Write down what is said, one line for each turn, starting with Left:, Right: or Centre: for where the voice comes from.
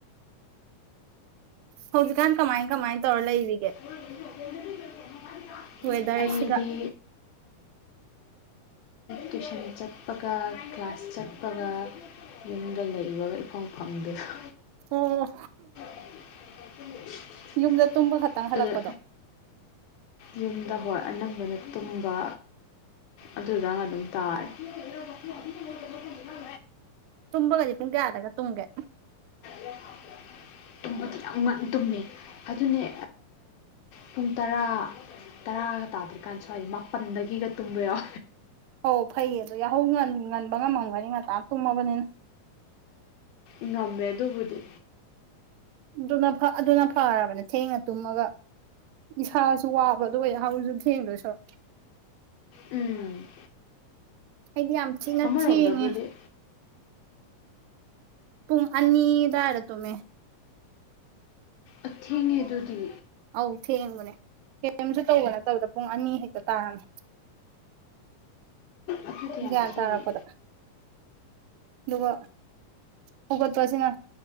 Right: ꯍꯧꯖꯤꯛ ꯈꯥꯟ ꯀꯃꯥꯏꯟ ꯀꯃꯥꯏ ꯇꯧꯔꯂꯦꯒ
Left: <inaudible>
Right: ꯋꯦꯗꯔ
Left: ꯑꯩꯗꯤ
Right: ꯁꯤꯒ
Left: ꯇ꯭ꯋꯏꯤꯁꯟ ꯆꯠꯄꯒ ꯀ꯭ꯂꯥꯁ ꯆꯠꯄꯒ ꯌꯨꯝꯗ ꯂꯩꯕꯒ ꯏꯐꯣꯡ ꯐꯪꯗꯦꯁꯨ
Right: ꯑꯣ
Left: <inaudible>
Right: ꯌꯨꯝꯗ ꯇꯨꯝꯕ ꯈꯛꯇꯪ ꯍꯜꯂꯛꯄꯗꯣ
Left: ꯑꯗꯨꯗ ꯌꯨꯝꯗ ꯍꯣꯏ ꯑꯅꯝꯕꯅ ꯇꯨꯝꯕ ꯑꯗꯨꯗ ꯑꯗꯨꯝ ꯇꯥꯔꯦ ꯂꯩ ꯃ
Right: ꯇꯨꯝꯕꯒꯗꯤ ꯄꯨꯡ ꯀꯌꯥꯗꯒ ꯇꯨꯝꯒꯦ
Left: ꯌꯥ ꯇꯨꯝꯕꯗꯤ ꯌꯥꯝ ꯇꯨꯝꯃꯦ ꯑꯗꯨꯅꯦ ꯄꯨꯡ ꯇꯔꯥ ꯇꯔꯥꯒ ꯇꯥꯗ꯭ꯔꯤꯀꯥꯟ ꯁ꯭ꯋꯥꯏꯗ ꯃꯥꯄꯟꯗꯒꯤꯒ ꯇꯨꯝꯕ ꯌꯥꯎ
Right: ꯍ ꯐꯩꯌꯦ ꯑꯗꯣ ꯌꯥꯍꯧ ꯉꯟꯕ ꯉꯝꯃꯝꯒꯅꯤ ꯉꯇꯥ ꯑꯃ ꯇꯨꯝꯃꯕꯅꯤꯅ
Left: ꯉꯝꯃꯦ ꯑꯗꯨꯕꯨꯗꯤ
Right: ꯑꯗꯨꯅ ꯑꯗꯨꯅ ꯐꯔꯕꯅꯦ ꯊꯦꯡꯅ ꯇꯨꯝꯃꯒ ꯏꯁꯥꯁꯨ ꯋꯥꯕ ꯑꯗꯨꯒ ꯑꯣꯏꯍꯁꯨ ꯊꯦꯡꯗꯣꯏ ꯁꯔꯨꯛ
Left: ꯎꯝ
Right: ꯍꯥꯏꯗꯤ ꯌꯥꯝ ꯆꯤꯅ
Left: ꯑꯃꯔꯣꯝꯗꯕꯨꯗꯤ
Right: ꯊꯦꯡꯉꯦ ꯄꯨꯡ ꯑꯅꯤꯗꯥ ꯍꯥꯏꯔ ꯇꯣꯃꯦ
Left: ꯑꯊꯦꯡꯉꯦ ꯑꯗꯨꯗꯤ
Right: ꯑꯧ ꯊꯦꯡꯕꯅꯦ ꯀꯔꯤꯝꯁꯨ ꯇꯧꯕ ꯅꯠꯇꯕꯗ ꯄꯨꯡ ꯑꯅꯤ ꯍꯦꯛꯇ ꯇꯥꯔꯝꯃꯦ
Left: ꯑꯗꯨꯗꯤ ꯌꯥꯝ
Right: ꯒ꯭ꯌꯥꯟ
Left: ꯊꯦꯡꯉꯦ
Right: ꯇꯥꯔꯛꯄꯗ ꯑꯗꯨꯒ ꯍꯧꯒꯠꯄꯁꯤꯅ